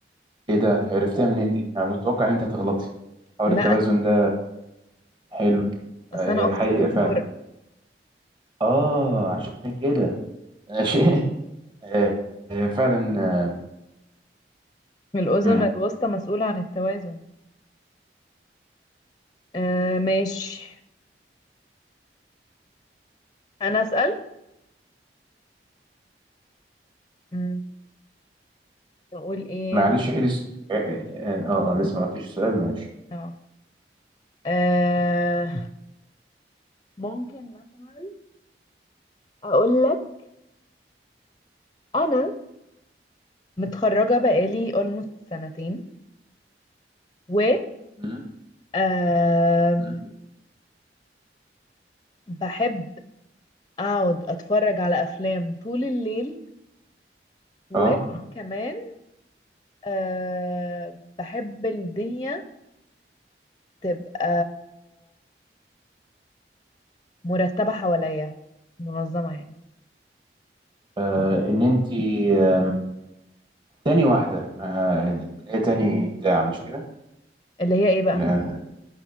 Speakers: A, on the right; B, on the left.
A: إيه ده عرفتها منين دي؟ أنا كنت متوقع إن أنت هتغلطي حوار
B: لا
A: التوازن ده حلو آه،
B: اصل
A: هي
B: انا اختي
A: حقيقة
B: دكتوره
A: فعلا اه عشان كده ماشي <laughs> آه آه، فعلا آه
B: من الاذن
A: مم.
B: الوسطى مسؤوله عن التوازن آه ماشي انا اسال مم، اقول ايه
A: معلش عيد الس- اه اه آه، آه، آه، لسه ما قلتش السؤال ماشي
B: اه آه، ممكن مثلا اقول لك انا متخرجه بقالي almost سنتين و
A: مم.
B: آم،
A: مم.
B: بحب اقعد اتفرج على افلام طول الليل وكمان
A: اه
B: آه بحب الدنيا تبقى مرتبه حواليا منظمه يعني
A: آه، ان انت آم، تاني واحده ما- اللي هي تاني بتاع مش كده
B: اللي هي ايه بقى
A: لا،